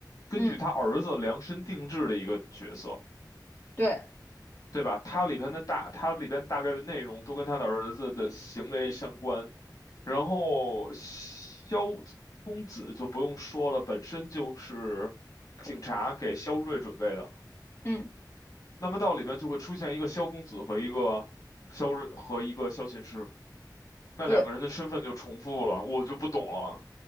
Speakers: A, on the left; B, on the left.
A: 根据他儿子量身定制的一个角色，
B: 嗯，对，
A: 对吧？他里边的大，他里边大概的内容都跟他的儿子的行为相关。然后萧公子就不用说了，本身就是警察给萧睿准备的。
B: 嗯，
A: 那么到里边就会出现一个萧公子和一个萧睿和一个萧琴师，那两个人的身份就重复了，
B: 对，
A: 我就不懂了，